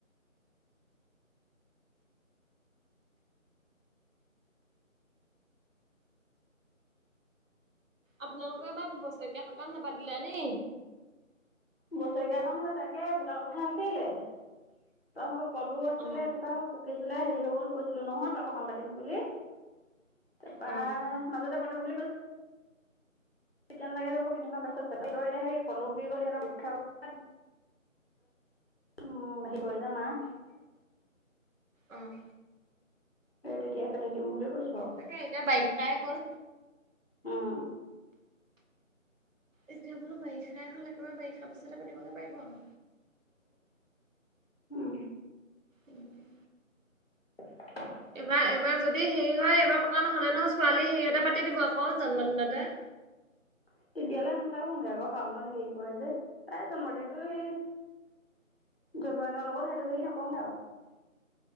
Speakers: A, on the right; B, on the left.
A: আপোনালোকৰ বা বছৰেকীয়া সকাম নাপাতিলা নি?
B: বছৰেকীয়া সকাম হয় তাকে পটা কথা আছিলে ত <unintelligible> পলো আছিলে
A: অ
B: এ থকা হ'ল পকিছিলে হেৰি হৈ গ'ল কৈছিলো নহয় প সকাম পাতিম বুলি <unintelligible> তাৰপৰা
A: উম
B: মাজতে পাতো বুলি তিয়া লাগে যাব কেইনমান পাছত এতিয়া স কল গল সিহঁত <unintelligible> <unintelligible> <unintelligible> <unintelligible> <unintelligible> খাওঁ উম আহে পোৱা য মা <unintelligible>
A: অহ
B: এ তেতিয়াই পাতি দিম বুলি কৈছো।
A: তাকে এতিয়া বাইশটাই হল
B: আৰু উম,
A: এতিয়া বোলো বাৰিষাই হল একেবাৰে বাৰিষাৰ পিছতে পাতিবগে পাৰিব আৰু
B: উম
A: উম
B: <inaudible>
A: এইবাৰ এইবাৰ যদি হেৰি হয় এইবাৰ পকা নহলে নহয় ছোৱালী হেৰিয়তে পাতি দিব আকৌ জন্মদিনতে <unintelligible>
B: <inaudible> তেতিয়ালৈ নাথাকোগে আকৌ শাওনত হেৰি পৰে যে, তাই জন্মদিনটো সেই <unintelligible> জন্মদিনৰ লগত সেইটো লি নকওঁ আও। <unintelligible>